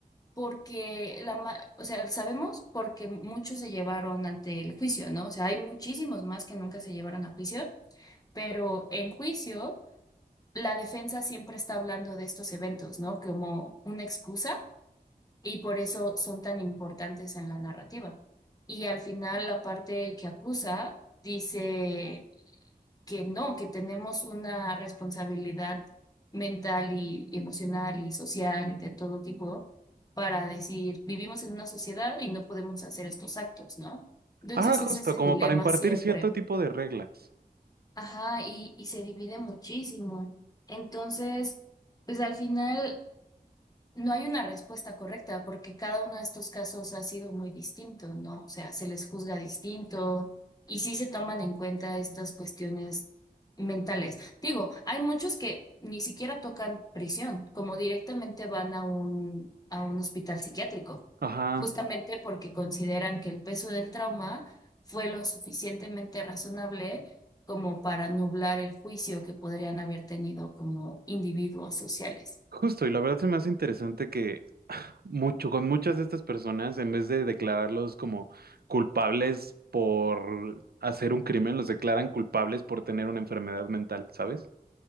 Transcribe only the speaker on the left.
Porque la, ma- o sea, sabemos porque muchos se llevaron ante el juicio, ¿no? O sea, hay muchísimos más que nunca se llevaron a juicio, pero en juicio la defensa siempre está hablando de estos eventos, ¿no? Como una excusa y por eso son tan importantes en la narrativa. Y al final la parte que acusa dice que no, que tenemos una responsabilidad mental y, y emocional y social y de todo tipo para decir, vivimos en una sociedad y no podemos hacer estos actos, ¿no? Entonces
es ese
dilema
siempre.
Ajá, y, y se divide muchísimo. Entonces, pues al final. No hay una respuesta correcta porque cada uno de estos casos ha sido muy distinto, ¿no? O sea, se les juzga distinto y sí se toman en cuenta estas cuestiones mentales. Digo, hay muchos que ni siquiera tocan prisión, como directamente van a un, a un hospital psiquiátrico,
justamente porque consideran que el peso del trauma fue lo suficientemente razonable como para nublar el juicio que podrían haber tenido como individuos sociales.